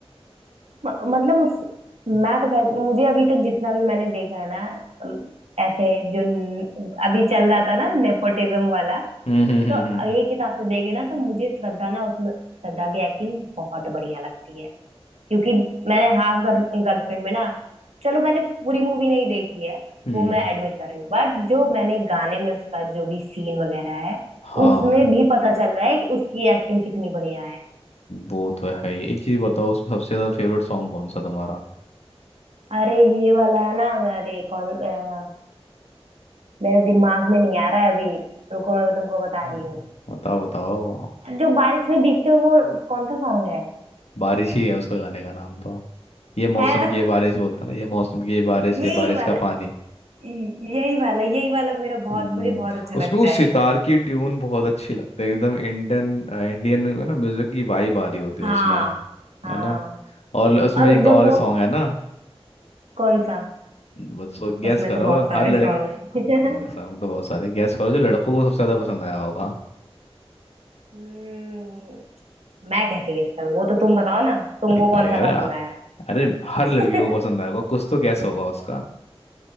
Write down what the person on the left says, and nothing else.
हम्म हम्म
हम्म
हम्म
हम्म,
हाँ
वो तो है ही एक चीज बताओ उसमें सबसे ज्यादा फेवरेट सॉन्ग कौन सा तुम्हारा
हम्म,
बताओ बताओ
बारिश ही है उसका गाने का नाम तो ये मौसम
की
ये बारिश बोलता ना ये मौसम की ये बारिश
ये बारिश
का पानी
हम्म,
उसमें
उस
सितार की ट्यून बहुत अच्छी लगती है एकदम इंडियन इंडियन ना म्यूजिक की वाइब आ रही होती है
उसमें
है ना और ल- उसमें
एक
और
सॉन्ग है ना
बच्चों गैस
करो
हर
लड़के
हाँ,
सॉन्ग तो बहुत सारे गैस करो जो लड़कों को सबसे ज्यादा पसंद आया होगा
एक है
यार
अरे हर
लड़के को पसंद
आएगा कुछ तो गैस होगा उसका